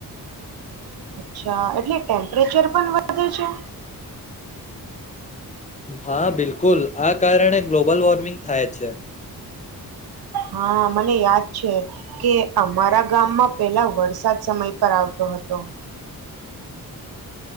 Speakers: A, on the right (about 85°); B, on the left (about 20°).
A: અચ્છા એટલે ટેમ્પરેચર પણ વધે છે.
B: હા બિલકુલ. આ કારણે ગ્લોબલ વોર્મિંગ થાય છે.
A: હા મને યાદ છે કે અમારા ગામમાં પેલા વરસાદ સમય પર આવતો હતો.